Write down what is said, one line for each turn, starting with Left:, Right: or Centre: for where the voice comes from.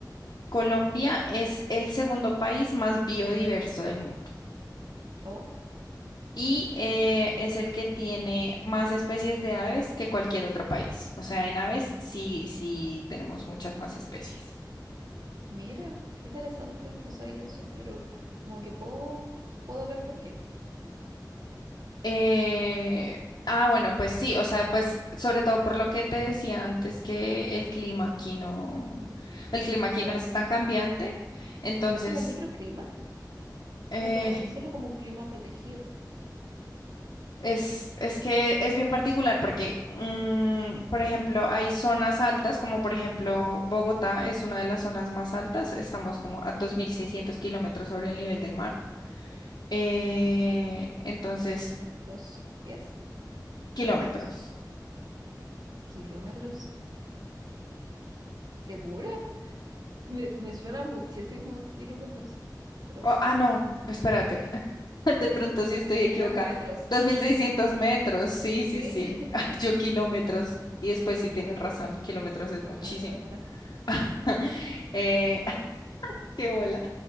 Left: Colombia es el segundo país más biodiverso del mundo
Right: Oh,
Left: y eh, es el que tiene más especies de aves que cualquier otro país. O sea, en aves sí, sí tenemos muchas más especies.
Right: mira, qué interesante, no sabía eso, pero como que puedo, puedo ver por qué.
Left: Eh, ah, bueno, pues sí, o sea, pues sobre todo por lo que te decía antes que el clima aquí no, el
Right: Como
Left: clima
Right: que
Left: aquí
Right: se
Left: no
Right: da
Left: es
Right: un,
Left: tan cambiante, entonces...
Right: se da como un microclima, como
Left: eh,
Right: por así decirlo, como un clima protegido.
Left: Es, es que es bien particular porque, mm, por ejemplo, hay zonas altas, como por ejemplo Bogotá es una de las zonas más altas, estamos como a 2.600 kilómetros sobre el nivel del mar. Eh, entonces,
Right: Dos mil seiscientos pies
Left: kilómetros.
Right: o metros, kilómetros, ¿segura? Me, me suena muchísimo kilómetros, pero bueno,
Left: Oh, ah, no, espérate, <laughs> de pronto sí estoy equivocada.
Right: serán metros,
Left: dos mil seiscientos metros, sí, sí,
Right: sí.
Left: sí,
Right: <laughs>
Left: <laughs> yo kilómetros. Y después sí tienes razón,
Right: ¿Tú
Left: kilómetros es
Right: tocando
Left: muchísimo.
Right: la luna,
Left: <laughs> Eh, <laughs> qué bola.